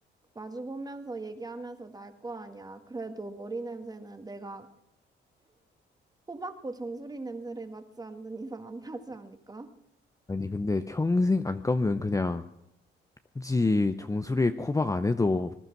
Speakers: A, on the right; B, on the left.
A: 마주보면서 얘기하면서 날 거 아니야. 그래도 머리 냄새는 내가 코 박고 정수리 냄새를 맡지 않는 <laughs> 이상 안 나지 않을까?
B: 아니, 근데 평생 안 감으면 그냥 굳이 종소리에 코박 안 해도